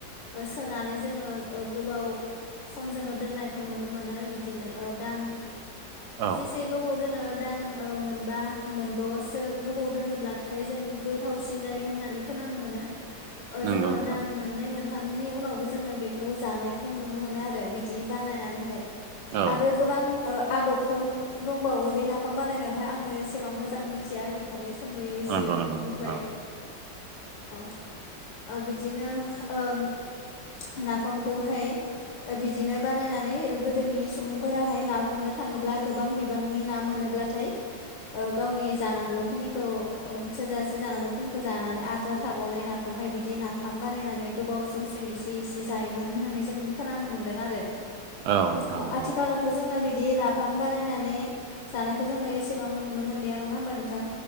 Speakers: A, on the left; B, on the right.
A: ओ सोनानै जोङो ओ गोबाव सम जोङो दोननायखौ नुनो मोनो बिदिनो दान
B: औ
A: जेसे गोबाव दोनो दान ओ मोनबा मोनद'सो गोबाव दोनोब्लाथाय जों गोथावसिन जायो होननानै खोनानो मोनो ओ
B: नंगौ
A: जोङो
B: नोंथां
A: दान मोननै मोनथामनि उनावबो जोङो बेखौ जानायखौ नुनो मोनो आरो बिदि बानायनानैहाय
B: औ
A: आरो गोबां ओ आदबफोर दंबावो बे नाफाम बानायनायावहाय आङो एसेबां मोजां मिथिया बेखायनो सद'यै एसे
B: नंगौ नंगौ
A: बुंबाय
B: औ
A: औ ओ बिदिनो ओ नाफामखौहाय बिदिनो बानायनानै गोदोनि सुबुंफोराहाय ना गुरनो थाङोब्ला गोबां बिबांनि ना मोनोब्ला थाय ओ गावनि जानांगौखिनिखौ थोजासे जानांगौखिनिखौ जानानै आद्रा थाबावनाय नाखौहाय बि बिदि नाफाम बानायनानै गोबाव समसिम एसे इसे जायोमोन होननानै जों खोनानो मोन्दों आरो
B: औ नोंथां
A: अ
B: नंगौ
A: आथिखालाव थ' जोङो बिदि नाफाम बानायनानै जानायखौ जोङो एसेबां नुनो मोनलिया नङा होमबा नोंथां